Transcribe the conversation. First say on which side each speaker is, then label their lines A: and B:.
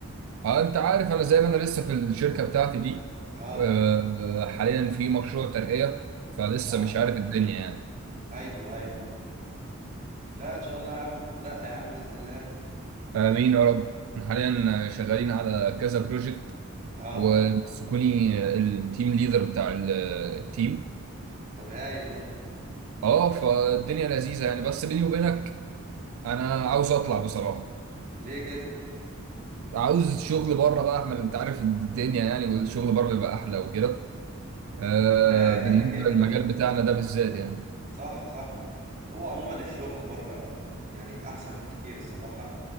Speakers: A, on the right; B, on the right.
A: اه انت عارف انا زي ما انا لسه في الشركه بتاعتي دي
B: آه
A: آه، حاليا في مشروع ترقيه فلسه
B: آه
A: مش عارف الدنيا يعني
B: أيوه أيوه لا إن شاء الله يا عم تترقى يا عم بإذن الله
A: امين يا رب احنا حاليا شغالين على كذا بروجكت
B: آه
A: وسكوني التيم ليدر بتاع ال- التيم
B: طب هايل ده
A: اه فالدنيا لذيذه يعني بس بيني وبينك انا عاوز اطلع بصراحه
B: ليه كده
A: عاوز شغل بره بقى احمد انت عارف الدنيا يعني والشغل بره بيبقى احلى وكده آه
B: ده كده
A: بالنسبه
B: كده
A: للمجال
B: ده
A: بتاعنا ده بالذات يعني
B: صح صح هو عموما الشغل بره يعني احسن بكتير الصراحه